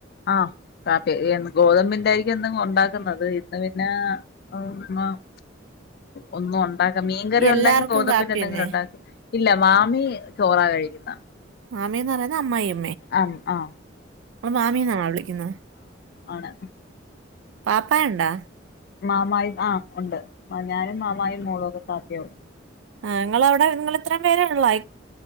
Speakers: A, on the left (about 55°); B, on the right (about 70°).
A: ആഹ് കാപ്പി ഇ എന്ന് ഗോതമ്പിന്റെ യിരിക്കും എന്തെങ്ക് ഉണ്ടാക്കുന്നത്. ഇന്ന് പിന്നേ <unintelligible> ഒന്നു പാക മീൻകറി
B: എല്ലാവർക്കും
A: ഉണ്ടെങ്കി ഗോതമ്പിന്റെ
B: കാപ്പി
A: എന്തെങ്കിലും
B: തന്നെ
A: ഉണ്ടാക് ഇല്ല മാമി ചോറാ കഴിക്കുന്നെ
B: മാമീന്ന് പറയ്ന്നെ അമ്മായോ -
A: അം അ
B: പ്പൊ മാമീന്നാണാ വിളിക്കുന്നെ
A: ആണ്
B: പാപ്പായ ണ്ടാ
A: മാമായിം ആഹ് ഉണ്ട് ഞാനും മാമായിം മോളും ഒക്കെ താത്തയാവും
B: ആഹ് ഇങ്ങളവിടെ ഇങ്ങളിത്രേം പേരുള്ളൂ അയ്